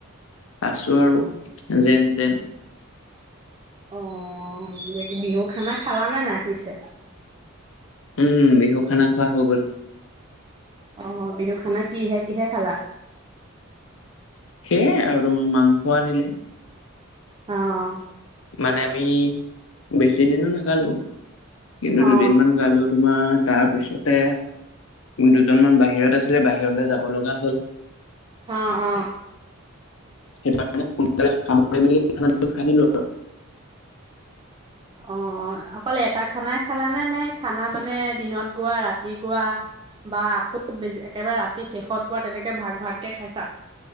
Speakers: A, on the left; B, on the right.
A: আছোঁ আৰু যেন তেন।
B: অ এই বিহু খানা খালানে নাই, পিছে?
A: উম বিহু খানা খোৱা হৈ গ'ল।
B: আহ বিহু খানা কিহে কিহে খালা?
A: সেয়াই আৰু তোম মাংস আনিলে।
B: অ'।
A: মানে আমি বেছি দিনো নেগালোঁ। কিন্তু
B: অ
A: দুদিন মান গালো তোমাৰ তাৰপিছতে দুজনমান বাহিৰত আছিলে, বাহিৰলে যাব লগা হ'ল।
B: অ অ
A: সেইটোকাৰণে সোনকালে সামৰি মেলি খানাটো খাই দিলো আৰু
B: অ অকল এটা খানাই খালানে, নে খানা মানে দিনত গোৱা ৰাতি গোৱা বা আকৌ একেবাৰে ৰাতি শেষত গোৱা তেনেকে ভাগ ভাগকে খাইছা।